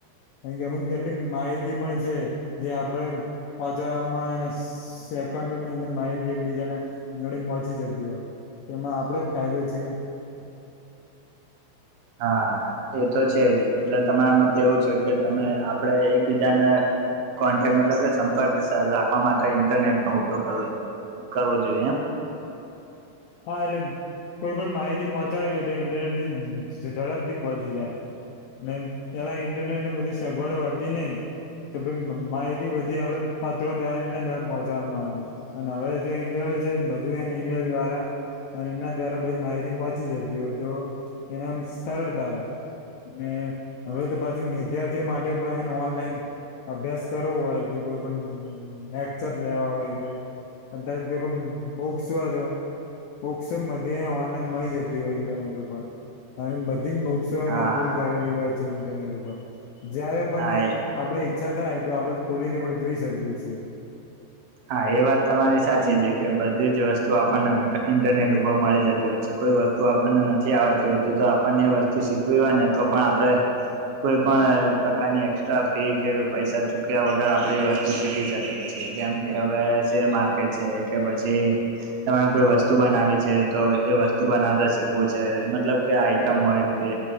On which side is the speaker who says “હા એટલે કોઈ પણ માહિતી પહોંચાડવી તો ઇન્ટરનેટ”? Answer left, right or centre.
Left